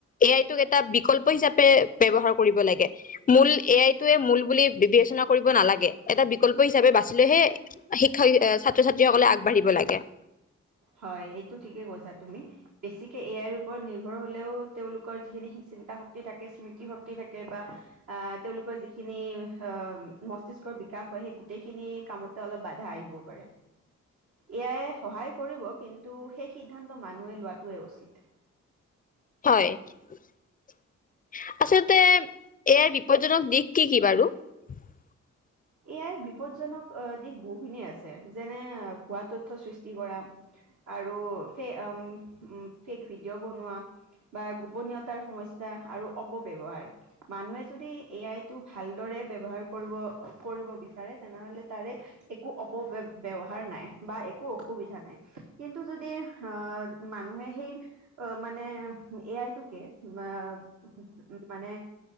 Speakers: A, on the left (about 30°); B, on the right (about 65°).
A: এ আইটোক এটা বিকল্প হিচাপে ব্যৱহাৰ কৰিব লাগে। মূল এ আইটোৱে মূল বুলি বিবেচনা কৰিব নালাগে, এটা বিকল্প হিচাপে বা ছিলে হে শিক্ষা ছাত্ৰ ছাত্ৰী সকলে আগবাঢ়িব লাগে।
B: হয়, এইটো ঠিকে কৈছা তুমি। বেছিকে এ আইৰ ওপৰত নিৰ্ভৰ হলেও, তেওঁলোকৰ যিখিনি চিন্তা শক্তি থাকে স্মৃতি শক্তি থাকে বা আঁহ তেওঁলোকৰ যিখিনি, অ মস্তিষ্ক বিকাশ হয় সেই গোটেইখিনি কামতে অলপ বাধা আহিব পাৰে। এ আই সহায় কৰিব, কিন্তু সেই সিদ্ধান্ত মানুহেই লোৱাটোৱে উচিত।
A: হয়, ‌আচলতে ইয়াৰ বিপদজ্জনক দিশ, কি কি বাৰু? <inaudible>
B: এ আই বিপদজ্জনক আঁহ দিশ বহুখিনিয় আছে, যেনে ভুৱা তথ্য সৃষ্টি কৰা। আৰু ফে অঁ উম ফেক ভিডিঅ বনোৱা। বা গোপনীয়তাৰ সমস্যা আৰু অপব্যৱহাৰ। মানুহে যদি এ আইটো ভালদৰে ব্যৱহাৰ কৰিব কৰিব বিচাৰে তেনেহলে তাৰে একো অপব্যৱহাৰ নাই বা একো অসুবিধা নাই কিন্তু যদি আহঁ মানুহে সেই অ মানে এ আইটোকে অঁ মানে